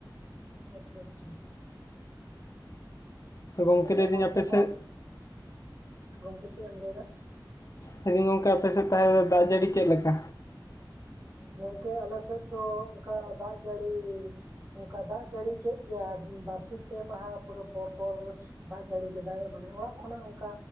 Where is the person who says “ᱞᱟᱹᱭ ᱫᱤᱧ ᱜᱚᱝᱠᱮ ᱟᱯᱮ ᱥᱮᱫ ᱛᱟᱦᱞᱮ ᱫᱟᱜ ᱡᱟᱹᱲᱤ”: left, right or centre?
Left